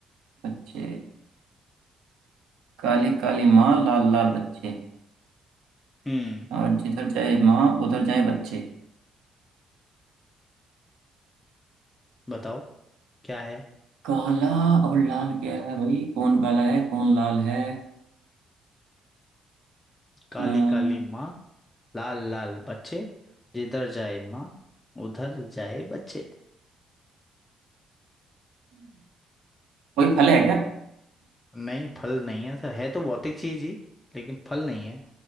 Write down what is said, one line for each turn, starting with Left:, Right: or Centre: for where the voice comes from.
Right: बच्चे काली काली माँ लाल लाल बच्चे
Left: हम्म
Right: और जिधर जाए माँ उधर जाए बच्चे
Left: बताओ क्या है
Right: काला और लाल क्या है भाई कौन काला है कौन लाल है
Left: काली
Right: अ,
Left: काली माँ लाल लाल बच्चे जिधर जाए माँ उधर जाए बच्चे
Right: कोई फल है क्या
Left: नहीं फल नहीं है सर है तो भौतिक चीज ही लेकिन फल नहीं है